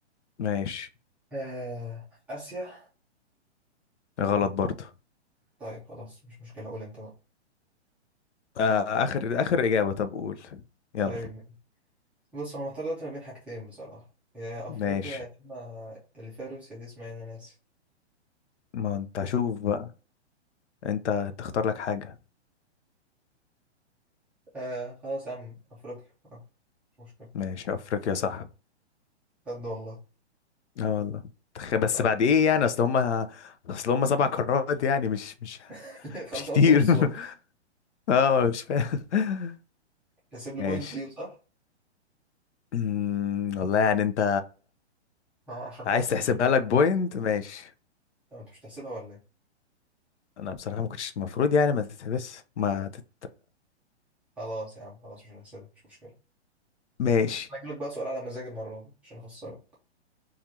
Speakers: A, on the left; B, in the centre.
A: ماشي
B: آه آسيا
A: غلط برضه
B: طيب خلاص مش مشكلة قول أنت بقى
A: آه اخر اخر اجابة طب قول يلا
B: طيب بص أنا محتار دلوقتي ما بين حاجتين بصراحة يا أفريقيا
A: ماشي
B: يا إما اللي فيها روسيا دي اسمها إن أنا ناسي
A: ما انت شوف بقى انت تختار لك حاجة
B: آه خلاص يا عم أفريقيا آه مش مشكلة
A: ماشي افريقيا صح
B: بجد والله
A: اه والله تخ- بس
B: طيب
A: بعد
B: يا عم
A: ايه يعني اصل هما اصل هما سبع قارات يعني مش مش
B: <laughs> خلاص
A: مش كتير
B: أنا قلت نصهم
A: <laughs> اه مش فاهم
B: تحسب لي
A: ماشي
B: بوينت دي صح؟
A: أمم، والله يعني انت
B: آه عشان خاطري
A: عايز تحسبها
B: مش عارف
A: لك
B: بقى.
A: بوينت ماشي
B: طب أنت مش هتحسبها ولا إيه؟
A: انا بصراحة ما كنتش المفروض يعني ما تتحبس ما تت
B: خلاص يا عم خلاص مش هنحسبها مش مشكلة
A: ماشي
B: بس أنا هجيلك بقى سؤال على مزاج المرة دي عشان أخسرك